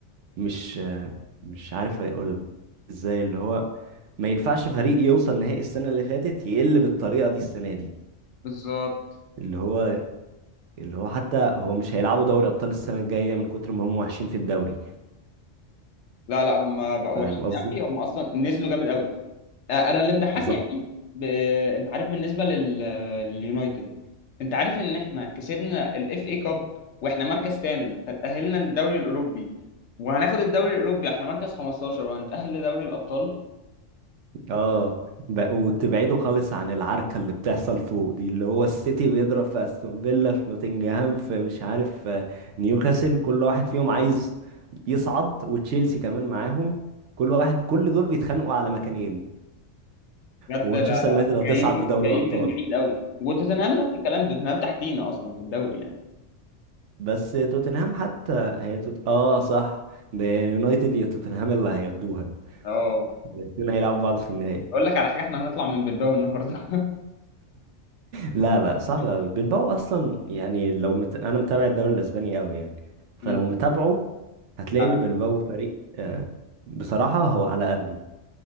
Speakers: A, on the right (about 70°); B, on the left (about 65°).
A: مش مش عارف اقول ازاي اللي هو ما ينفعش فريق يوصل نهائي السنة اللي فاتت يقل بالطريقة دي السنة دي
B: بالظبط
A: اللي هو اللي هو حتى هو مش هيلعبوا دوري أبطال السنة الجاية من كتر ما هم وحشين في الدوري
B: لا لا هم بقوا
A: فاهم
B: وحشين
A: قصدي؟
B: قوي هم اصلا نزلوا جامد قوي آه، انا اللي مضحكني
A: بالظبط
B: قوي ب... انت عارف بالنسبه لل... لليونايتد انت عارف ان احنا كسبنا الاف اي كاب واحنا مركز ثامن فتأهلنا للدوري الاوروبي وهناخد الدوري الاوروبي احنا مركز 15 وهنتأهل لدوري الابطال
A: اه ب- وتبعده خالص عن العركة اللي بتحصل فوق دي اللي هو السيتي بيضرب في استون فيلا في نوتنجهام في مش عارف في نيوكاسل كل واحد فيهم عايز يصعد وتشيلسي كمان معاهم كل واحد كل دول بيتخانقوا على مكانين
B: بجد
A: ومانشستر
B: لا لا
A: يونايتد هتصعد
B: جايين
A: بدوري
B: جايين
A: الأبطال
B: من بعيد قوي وتوتنهام نفس الكلام توتنهام تحتينا اصلا في الدوري يعني
A: بس توتنهام حتى هي توت... اه صح ده يونايتد يا توتنهام اللي هياخدوها
B: اه
A: الاتنين هيلعبوا بعض في النهائي
B: اقول لك على حاجه احنا هنطلع من بلباو النهارده
A: لا لا
B: <laughs>
A: صعب قوي بلباو اصلا يعني لو مت... انا متابع الدوري الاسباني قوي يعني فلو
B: مم.
A: متابعه هتلاقي
B: عارف.
A: ان بلباو فريق آه، بصراحة هو على قده